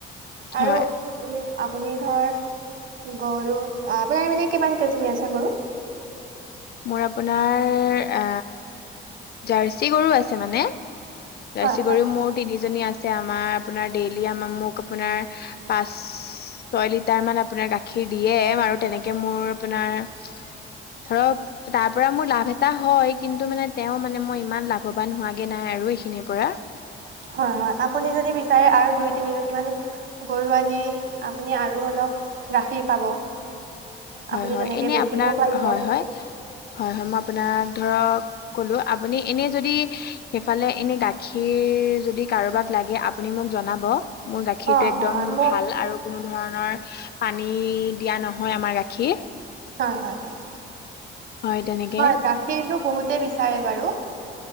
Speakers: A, on the right (about 70°); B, on the left (about 55°).
A: আৰু
B: হয়
A: মানে আপুনি ধৰ গৰুত, আপোনাৰ মানে কিমান কেইজনী আছে গৰু?
B: মোৰ আপোনাৰ এ জাৰ্চি গৰু আছে মানে। জাৰ্চি
A: হয় হয়
B: গৰু
A: হয়
B: মোৰ তিনিজনী আছে, আমাৰ আপোনাৰ ডেইলি আমাৰ মোক আপোনাৰ পাঁচ ছয় লিটাৰ মান আপোনাৰ গাখীৰ দি- য়ে আৰু তেনেকে মোৰ আপোনাৰ ধৰক তাৰ পৰা মোৰ লাভ এটা হয় কিন্তু মানে তেওঁ মানে মই ইমান লাভৱান হোৱাগে নাই আৰু এইখিনিৰ পৰা।
A: হয় হয় আপুনি যদি বিচাৰে আৰু দুই - তিনিজনী মান গৰু আনি আপুনি আৰু অলপ গাখীৰ পাব।
B: হয়
A: আপুনি
B: হয়
A: তেনেকে
B: এনে
A: বেচিবও
B: আপোনাক
A: পাৰিব
B: হয়, হয়, হয়, হয়, মই আপোনাক ধৰক কলো আপুনি এনে যদি সেইফালে এনে গাখীৰ যদি কাৰোবাক লাগে আ পুনি মোক জনাব। মোৰ গাখীৰটো
A: অ
B: একদম
A: হয় হয় মোৰ
B: ভাল আৰু কোনো ধৰণৰ পানী দিয়া নহয় আমাৰ গাখ খীৰ।
A: হয়, হয়, হয়,
B: হয় তেনেকে
A: হয় গা খিৰটো বহুতে বিচাৰে বাৰু।